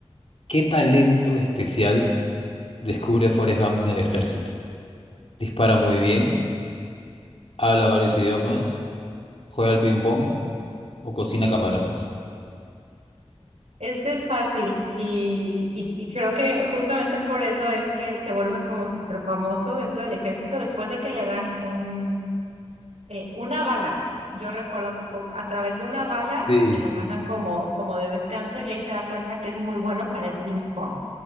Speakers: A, on the left (about 60°); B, on the right (about 75°).
A: ¿qué talento especial descubre Forrest Gump en el ejército? ¿Dispara muy bien? ¿Habla varios idiomas? ¿Juega al ping-pong? ¿O cocina camarones?
B: Este es fácil y, y- y creo que justamente por eso es que se vuelve como súper famoso dentro del ejército después de que le dan un, eh, una bala. Yo recuerdo que fue a través de una bala
A: Sí,
B: que lo mandan como, como de descanso y ahí se da cuenta que es muy bueno para el ping pong.